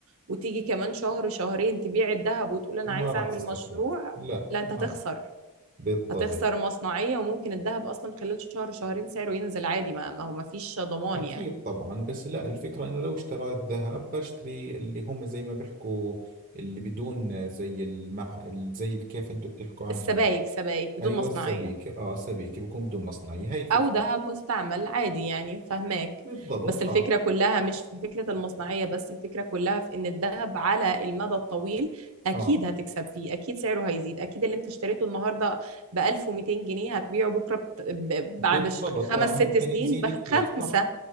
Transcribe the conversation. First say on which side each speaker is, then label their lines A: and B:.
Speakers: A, on the right (about 65°); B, on the right (about 40°).
A: وتيجي كمان شهر شهرين تبيع الذهب وتقول انا
B: ما
A: عايز
B: راح
A: اعمل
B: تستفيد
A: مشروع
B: لا
A: لا انت
B: ما
A: هتخسر
B: بالضبط
A: هتخسر مصنعية وممكن الذهب أصلا خلال شهر شهرين سعره ينزل عادي ما ما هو ما فيش ضمان
B: أكيد
A: يعني
B: طبعا بس لا الفكرة إنه لو اشتريت ذهب بشتري اللي هم زي ما بيحكوا اللي بدون زي المع زي كيف أنتم بتحكوا عنها
A: السبائك سبائك بدون
B: ايوه
A: مصنعية
B: السبيكه اه سبيكه بكون بدون مصنعيه هاي الفكره
A: او ذهب مستعمل عادي يعني فهماك
B: بالضبط
A: بس الفكرة
B: اه
A: كلها مش في فكرة المصنعية بس الفكرة كلها في ان الذهب على المدى الطويل اكيد
B: اه
A: هتكسب فيه اكيد سعره هيزيد اكيد اللي انت اشتريته النهاردة ب 1200 جنيه هتبيعه بكرة بت- ب-
B: بالضبط
A: بعد ش- خمس
B: اه ممكن
A: ست سنين
B: يزيد
A: بخمسة
B: كثير صح